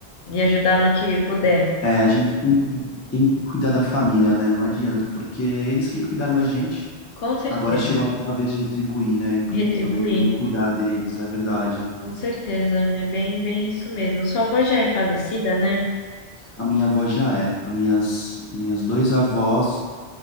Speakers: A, on the left (about 65°); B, on the left (about 25°).
A: e ajudar no que puder.
B: É, a gente tem, que- tem que cuidar da família, né? Não adianta, porque é eles que cuidaram da gente.
A: Com certeza.
B: Agora chegou a nossa vez de retribuir, né?
A: Retribuir,
B: E poder também cuidar deles, é verdade.
A: com certeza. É bem, bem isso mesmo. Sua avó já é falecida, né?
B: A minha avó já é. As minhas, minhas dois avós